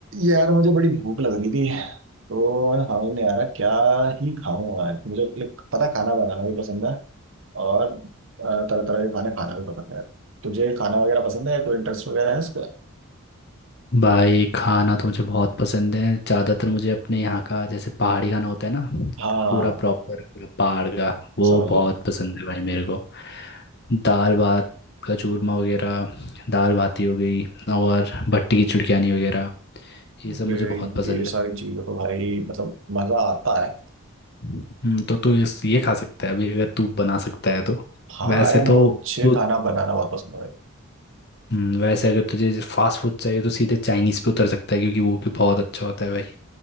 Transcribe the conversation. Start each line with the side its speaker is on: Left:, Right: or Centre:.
Right: यार मुझे बड़ी भूख लग रही थी तो मैं समझ नहीं आ रहा क्या ही खाऊं आज मुझे like, पता खाना बनाना भी पसंद है और तरह तरह के खाने खाना भी पसंद है तुझे खाना वगैरह पसंद है कोई इंटरेस्ट वगैरह है इसका
Left: भाई खाना तो मुझे बहुत पसंद है ज़्यादातर मुझे अपने यहाँ का जैसे पहाड़ी खाना होता है ना
Right: हाँ
Left: पूरा प्रॉपर पहाड़ का वो
Right: समझ
Left: बहुत
Right: गया
Left: पसंद है भाई मेरे को दाल भात का चूरमा वगैरह दाल भाती हो गई और भट्टी की चुड़कानी वगैरह
Right: अबे,
Left: ये सब मुझे बहुत पसंद
Right: ये
Left: है
Right: सारी चीजें तो भाई मतलब मजा आता है
Left: हम्म, तो तू इस ये खा सकता है अभी अगर तू बना सकता है तो
Right: हाँ
Left: वैसे
Right: अरे
Left: तो
Right: मुझे
Left: तू
Right: खाना बनाना बहुत पसंद है भाई
Left: हम्म, वैसे अगर तुझे फास्ट फूड चाहिए तो सीधे चाइनीज़ पे उतर सकता है क्योंकि वो भी बहुत अच्छा होता है भाई